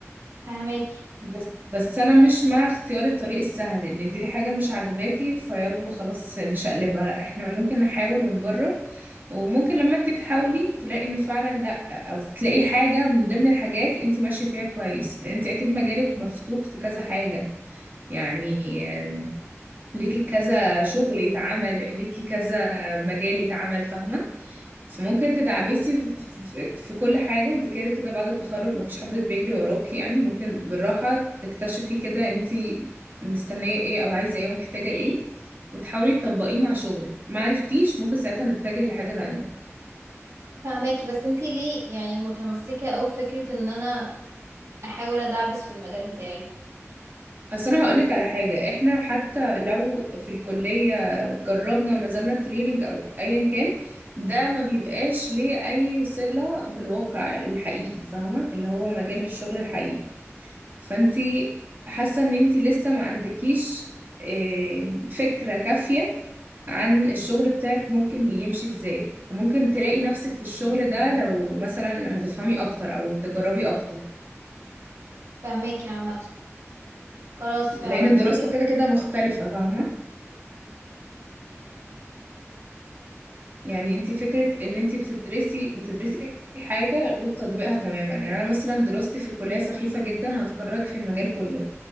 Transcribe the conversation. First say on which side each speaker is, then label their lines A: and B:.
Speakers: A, on the right; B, on the right.
A: فهماكي
B: بس بس انا مش مع اختيار الطريق السهل ان دي حاجة مش عاجباكي فيلا خلاص نشقلبها لا احنا ممكن نحاول ونجرب وممكن لما انت تحاولي تلاقي ان فعلا لا او تلاقي حاجة من ضمن الحاجات انت ماشية فيها كويس لان انت اكيد مجالك مفتوح في كذا حاجة يعني آه، ليكي كذا شغل يتعمل ليكي كذا مجال يتعمل فاهمة فممكن تدعبسي في في كل حاجة انت كده كده بعد التخرج مفيش حد بيجري وراكي يعني ممكن بالراحة تكتشفي كده انت مستنية ايه او عايزة ايه ومحتاجة ايه وتحاولي تطبقيه مع شغلك ما عرفتيش ممكن ساعتها نتجه لحاجة تانية
A: فهماكي بس انتي ليه يعني متمسكة اوي بفكرة ان انا احاول ادعبس في المجال بتاعي
B: اصل انا هقولك على حاجة احنا حتى لو في الكلية جربنا ونزلنا تريننج او ايا كان ده ما بيبقاش ليه اي صلة بالواقع الحقيقي فاهمة اللي هو مجال الشغل الحقيقي فانتي حاسة ان انتي لسه ما عندكيش آه، فكرة كافية عن الشغل بتاعك ممكن يمشي ازاي وممكن تلاقي نفسك في الشغل ده لو مثلا لما تفهمي اكتر او تجربي اكتر
A: فهماكي عامة خلاص
B: لان
A: فعلا
B: الدراسة
A: ممكن
B: كده كده مختلفة فاهمة يعني انتي فكرة ان انتي بتدرسي بتدرسي حاجة غير تطبيقها تماما يعني انا مثلا دراستي في الكلية سخيفة جدا هتكرهك في المجال كله